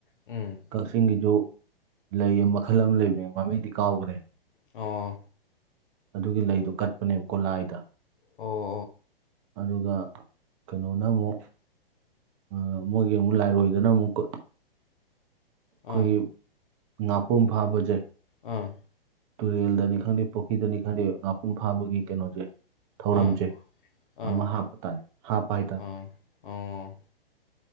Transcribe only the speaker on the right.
ꯀꯛꯆꯤꯡꯒꯤꯁꯨ ꯂꯩ ꯃꯈꯜ ꯑꯃ ꯂꯩꯕꯅꯦ ꯃꯃꯤꯡꯗꯤ ꯀꯥꯎꯒ꯭ꯔꯦ
ꯑꯗꯨꯒꯤ ꯂꯩꯗꯨ ꯀꯠꯄꯅꯦꯕꯀꯣ ꯂꯥꯏꯗ
ꯑꯗꯨꯒ ꯀꯩꯅꯣꯅ ꯑꯃꯨꯛ ꯑ ꯃꯣꯏꯒꯤ ꯑꯃꯨꯛ ꯂꯥꯏꯔꯣꯏꯗꯅ ꯑꯃꯨꯛꯀ ꯑꯩꯈꯣꯏꯒꯤ
ꯉꯥꯄꯨꯝ ꯐꯥꯕꯁꯦ
ꯇꯨꯔꯦꯜꯗꯅꯤ ꯈꯪꯗꯦ ꯄꯨꯈ꯭ꯔꯤꯗꯅꯤ ꯈꯪꯗꯦ ꯉꯥꯄꯨꯝ ꯐꯥꯕꯒꯤ ꯀꯩꯅꯣꯁꯦ ꯊꯧꯔꯝꯁꯦ
ꯑꯃ
ꯍꯥꯞꯄ ꯇꯥꯏ ꯍꯥꯞꯄ ꯍꯥꯏ ꯇꯥ